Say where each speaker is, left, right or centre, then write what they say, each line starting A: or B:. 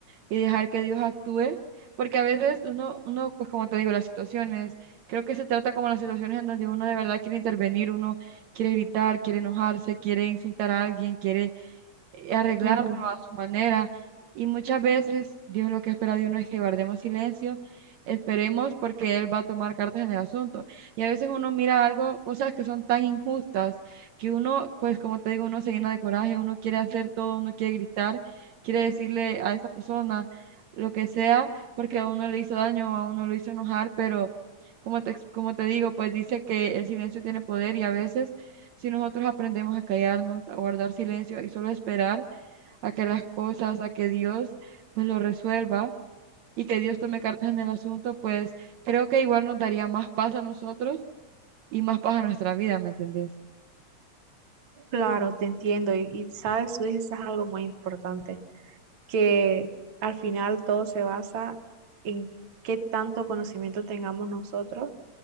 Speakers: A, on the right (about 75°); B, on the right (about 50°).
A: y dejar que Dios actúe, porque a veces uno, uno, pues como te digo, las situaciones, creo que se trata como las situaciones en donde uno de verdad quiere intervenir, uno quiere gritar, quiere enojarse, quiere insultar a alguien, quiere eh, arreglarlo
B: Ujú.
A: a su manera. Y muchas veces Dios lo que espera de uno es que guardemos silencio, esperemos porque Él va a tomar cartas en el asunto. Y a veces uno mira algo, cosas que son tan injustas, que uno, pues como te digo, uno se llena de coraje, uno quiere hacer todo, uno quiere gritar, quiere decirle a esa persona lo que sea, porque a uno le hizo daño, a uno lo hizo enojar, pero como te, ex- como te digo, pues dice que el silencio tiene poder y a veces... Si nosotros aprendemos a callarnos, a guardar silencio y solo esperar a que las cosas, a que Dios pues lo resuelva y que Dios tome cartas en el asunto, pues creo que igual nos daría más paz a nosotros y más paz a nuestra vida, ¿me entendés?
B: Claro, te entiendo y, y sabes, tú dices algo muy importante, que al final todo se basa en qué tanto conocimiento tengamos nosotros